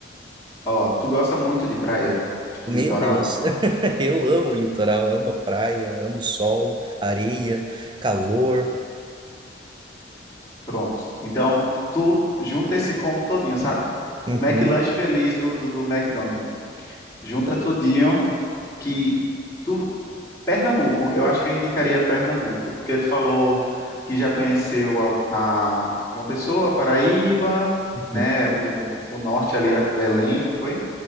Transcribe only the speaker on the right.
Meu
Deus, <laughs> eu amo o litoral, amo a praia, amo o sol, areia, calor.
Uhum,
uhum.